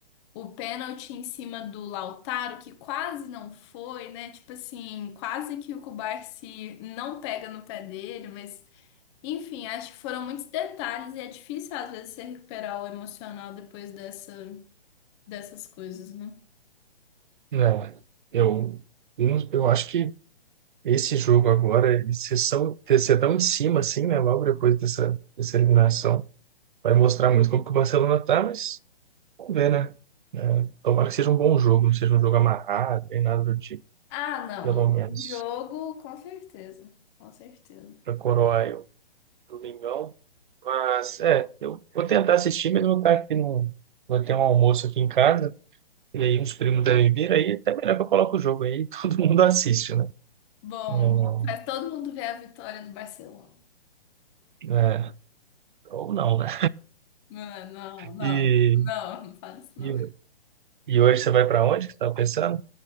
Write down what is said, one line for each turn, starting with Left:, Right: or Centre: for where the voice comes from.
Left: o pênalti em cima do Lautaro, que quase não foi, né? Tipo assim, quase que o Kubarsi não pega no pé dele, mas enfim, acho que foram muitos detalhes e é difícil às vezes você recuperar o emocional depois dessa, dessas coisas, né?
Right: Né? Eu, eu, não- eu acho que esse jogo agora, vocês são, vocês estão em cima, assim, né? Logo depois dessa, dessa eliminação, vai mostrar muito como que o Barcelona tá, mas Vamos ver, né? É, tomara que seja um bom jogo, não seja um jogo amarrado, nem nada do tipo,
Left: Ah, não,
Right: pelo
Left: um
Right: menos,
Left: jogo, com certeza, com certeza.
Right: para coroar eu, Domingão. Mas, é, eu vou tentar assistir, mas vou estar aqui no. Vou ter um almoço aqui em casa, e aí uns primos devem vir, aí é até melhor que eu coloque o jogo aí, <laughs> todo mundo assiste, né?
Left: Bom,
Right: Hum,
Left: faz todo mundo ver a vitória do Barcelona.
Right: é, ou não, né?
Left: Não, não, não,
Right: E,
Left: não, não fala isso
Right: e,
Left: não.
Right: e hoje você vai para onde que você tá pensando?